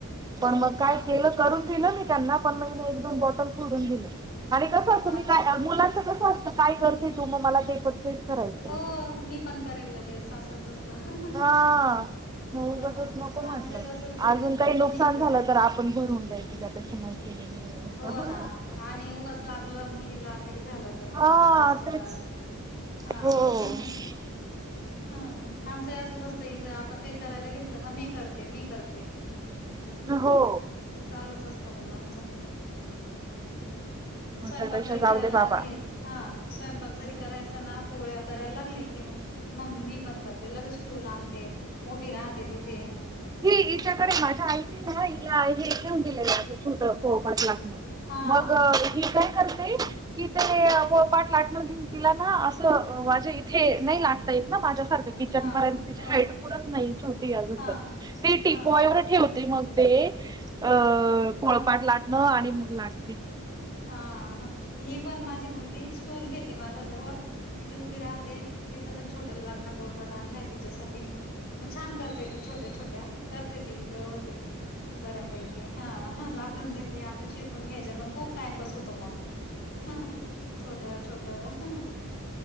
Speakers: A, on the right (about 15°); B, on the left (about 45°).
A: पणं मंग कायं
B: हा
A: केलं करूंन दिलं मी त्यांना पणं मंग एक दोन बॉटल फोडूंन दिले. आणि कसं
B: हो
A: असतं
B: अच्छा
A: मी कायं मुलांचं कसं असतं कायं करते तो मंग मलां ते- तेचं करायचं
B: हो
A: असं,
B: मी पण करेल लगेच असंच असतं
A: हां. म्हंण
B: हा
A: बसं नको म्हटलं,
B: आमचं तसच आहे
A: अजूंन कांहीं नुकसान
B: मी करेल
A: झालं तरं तरं आपणं भरवूंन द्यायची त्यां पेक्षा नाहीं केलेलं बरं
B: हो नां
A: असं.
B: आणि उगंच लागलं मुलीलां कांहीं झालं. जरां
A: हा
B: सां जास्तं
A: तेच
B: त्रांस हां
A: हो <inaudible> <unintelligible>
B: हं आमचंही असंच असतं इजं आपणं कांहीं करांयला घेतलं कां मी करते मी करते.
A: हो.
B: तरं चालूं चं असतं मुलांचं.
A: मग
B: स्वयंपाक
A: त्यापेक्षा
B: जरी
A: जाऊ
B: करांयला
A: दे बाबा
B: गेचं- हां स्वयंपाक जरी करांयचा नां पोळ्यां करांयला लागले किंवा- मम्मी मी पणं करते लगेचं टूंल आणते ऊंभी राहते तिथे-
A: हिच्यांकडे
B: हा.
A: माझ्यां आईने नां हिलां हे घेऊन दिलेलं असं छोट पोळंपाट लाटणं
B: हा
A: मंग
B: हा
A: ही कायं करते कि ते पाठ लाटणं घेऊंन- तिलां नां असं माझ्यां इथे नाहीं लाटतां येतं नां माझ्यांसारखे किचनं
B: हा
A: पर्यंत तिची
B: हो
A: हाईट पुरतं नाहीं छटी अजूनंतर
B: हा
A: ती टीपॉयवर
B: हा
A: ठेवते मंग. ते अं पोळपाट
B: हा हा.
A: लाटणं आणि मंग लाटं-
B: हां हां ही पणं माझी मुलंगी स्टूंल घेते माझ्यांजवळं- तिथे उभी राहते, तिचं पणं छोटं लाटणं पोळपाट आणलंय तिच्यासांठी- मंग छांन करते ती छोट्यां छोट्यां करते ती व्यवस्थित. बऱ्यांपैकी हां हं लाटूंन देते. आपणं शेकूंन घ्यायचे, पणं खूंप- कसतो मंग हं हं. छोट्यां छोटं